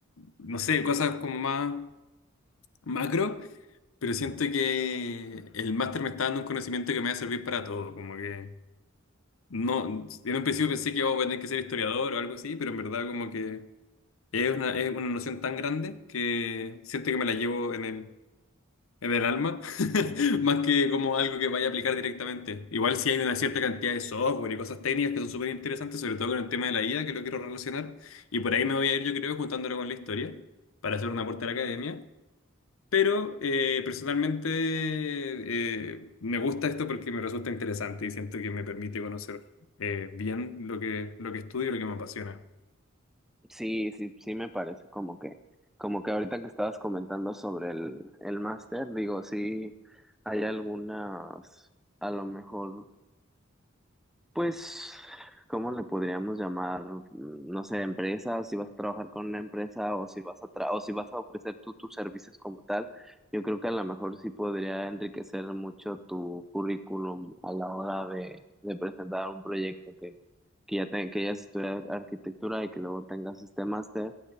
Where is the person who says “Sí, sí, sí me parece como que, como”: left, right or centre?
Centre